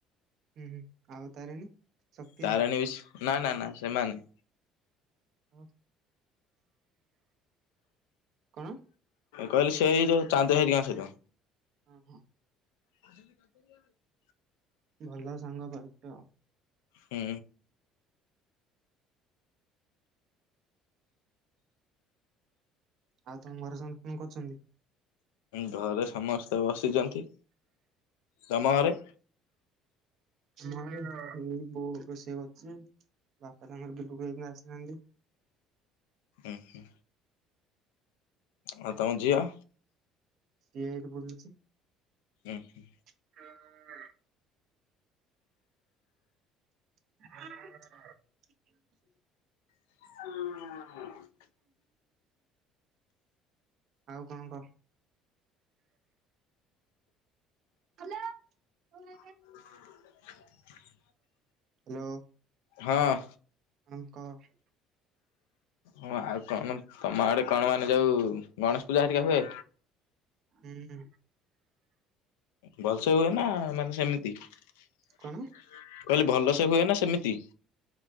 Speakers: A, on the right (about 60°); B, on the left (about 85°).
A: ହୁଁ ହୁଁ ଆଉ ତାରିଣୀ। ଶକ୍ତି ହେରିକା?
B: ତାରାଣୀସ? ନା ନା ନା ସେମାନେ।
A: <unintelligible> କଣ
B: କହିଲେ ସେ ଯୋଉ ଚାନ୍ଦ ହେଇ ଗିଲାସ ଘରିିକା।
A: ହୁଁ ହୁଁ।
B: ଆ <unintelligible>
A: ଭଲ ସାଙ୍ଗ ପାଇଛ ଆଉ
B: ହୁଁ।
A: ଆଉ ତମ ଘର ସାଙ୍ଗ ଫେନ୍ କରୁଛନ୍ତି।
B: ଘରେ ସମସ୍ତେ ବସିଛନ୍ତି, ତମ ଘରେ?
A: ଏଇ ବୋଉ ରୋଷେଇ କରିଛି। ବାପା ତାଙ୍କର ବିଲକୁ <unintelligible> ଆସିନାହାନ୍ତି।
B: ଓହୋ। ଆଉ ତମ ଝିଅ?
A: ସିଏ ଏଇଠି କୋଉଠି ଅଛି।
B: ଆହା।
A: <inaudible> <inaudible>
B: <inaudible>
A: ଆଉ କଣ କହ? <inaudible>
B: <inaudible>
A: ହ୍ୟାଲୋ
B: ହାଁ।
A: ଆଙ୍କ କହ।
B: ହଁ, ଆଉ କଣ ତମ ଆଡେ କଣ, ମାନେ ଯୋଉ ଗଣେଶ ପୂଜା, ଘରିକା ହୁଏ?
A: ହୁଁ।
B: ଭଲସେ ହୁଏ ନା, ମାନେ ସେମିତି କହିଲି
A: କଣ
B: ଭଲ ସେ ହୁଏ ନା ସେମିତି।